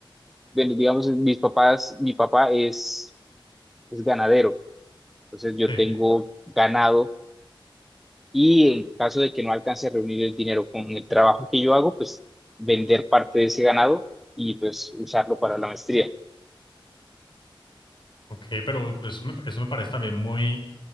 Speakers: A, in the centre; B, on the left.
A: Bueno, digamos, mis papás, mi papá es, es ganadero, entonces yo
B: Sí,
A: tengo ganado Y en caso de que no alcance a reunir el dinero con el trabajo que yo hago, pues vender parte de ese ganado y pues usarlo para la maestría.
B: ok, pero pues, eso me eso me parece también muy...